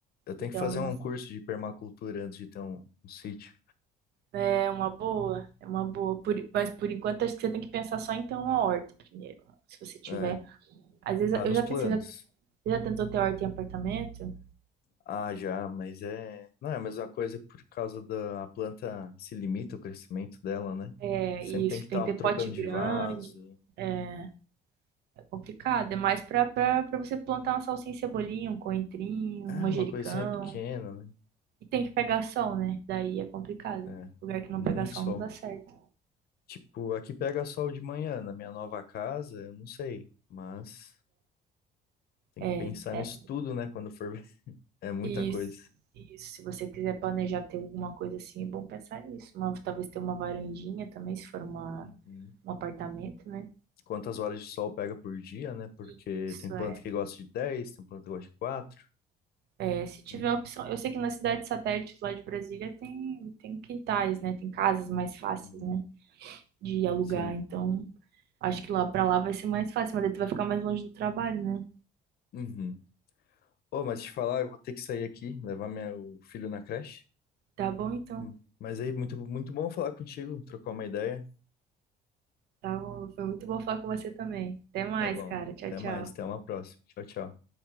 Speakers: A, on the left; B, on the right.
A: Eu tenho
B: Então,
A: que fazer
B: não
A: um
B: s-
A: curso de permacultura antes de ter um, um sítio.
B: é uma boa, é uma boa. Por- mas por enquanto, acho que você tem que pensar só em ter uma horta primeiro. Se você tiver.
A: É,
B: Às vezes,
A: tá
B: eu
A: nos
B: já,
A: planos.
B: te- você já, você já tentou ter horta em apartamento?
A: Ah, já, mas é. Não é a mesma coisa por causa da a planta se limita o crescimento dela, né?
B: É,
A: Sempre
B: isso,
A: tem que estar
B: tem que ter
A: trocando
B: pote grande.
A: de vaso.
B: É, é complicado. É mais pra, pra, pra você plantar uma salsinha, e cebolinha, um coentrinho,
A: Ah,
B: um manjericão.
A: uma coisinha pequena, né?
B: E tem que pegar sol, né? Daí é complicado.
A: É,
B: Lugar que
A: muito
B: não pega sol
A: sol.
B: não dá certo.
A: Tipo, aqui pega sol de manhã, na minha nova casa, eu não sei, mas tem
B: É,
A: que pensar
B: é.
A: nisso tudo, né, quando for ver. <laughs> É muita
B: E,
A: coisa.
B: s- e se você quiser planejar ter alguma coisa assim, é bom pensar nisso. Uma, talvez ter uma varandinha também, se for uma,
A: Uhum.
B: um apartamento, né?
A: Quantas horas de sol pega por dia, né? Porque
B: E Isso
A: tem planta
B: é,
A: que gosta de 10, tem planta que gosta de 4.
B: é. Se tiver
A: né?
B: opção. Eu sei que na cidade de satélites lá de Brasília tem, tem quintais, né? Tem casas mais fáceis,
A: Uhum.
B: né? De alugar.
A: Sim.
B: Então, acho que lá pra lá vai ser mais fácil, mas daí tu vai ficar mais longe do trabalho, né?
A: Uhum. Ô, mas te falar, eu vou ter que sair aqui, levar meu filho na creche.
B: Tá bom, então.
A: Hum. Mas aí, muito, muito bom falar contigo, trocar uma ideia.
B: Tá bom, foi muito bom falar com você também. Até mais,
A: Tá bom.
B: cara. Tchau,
A: Até
B: tchau.
A: mais, até uma próxima. Tchau, tchau.